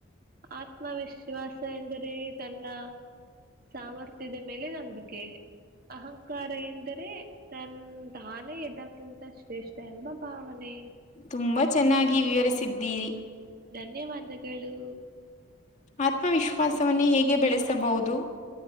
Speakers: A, on the right; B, on the left.
A: ಆತ್ಮವಿಶ್ವಾಸ ಎಂದರೆ ತನ್ನ. ಸಾಮರ್ಥ್ಯದ ಮೇಲೆ ನಂಬಿಕೆ ಅಹಂಕಾರ ಎಂದರೆ? ತನ್ ತಾನೇ ಇದ್ದಕ್ಕಿಂತ ಶ್ರೇಷ್ಠ ಎಂಬ ಭಾವನೆ.
B: ತುಂಬಾ ಚೆನ್ನಾಗಿ ವಿವರಿಸಿದ್ದೀರಿ.
A: ಧನ್ಯವಾದಗಳು.
B: ಆತ್ಮವಿಶ್ವಾಸವನ್ನ ಹೇಗೆ ಬೆಳೆಸಬಹುದು.